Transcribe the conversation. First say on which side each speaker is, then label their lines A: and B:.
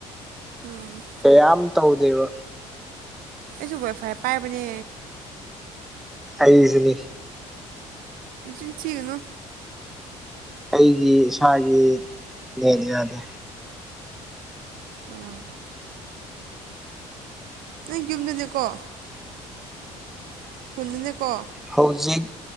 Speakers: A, on the right (about 75°); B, in the centre.
A: ꯎꯝ
B: ꯀꯌꯥꯝ ꯇꯧꯗꯦꯕ
A: ꯑꯩꯁꯨ ꯋꯥꯏꯐꯥꯏ ꯄꯥꯏꯕꯅꯦ
B: ꯑꯩꯖꯨꯅꯤ
A: ꯅꯆꯤꯟ ꯊꯤꯒꯅꯨ
B: ꯑꯩꯒꯤ ꯏꯁꯥꯒꯤ ꯅꯦꯠ ꯌꯥꯗꯦ
A: ꯑꯥ ꯅꯣꯏ ꯌꯨꯝꯗꯅꯦꯀꯣ ꯈꯨꯟꯗꯅꯦꯀꯣ
B: ꯍꯧꯖꯤꯛ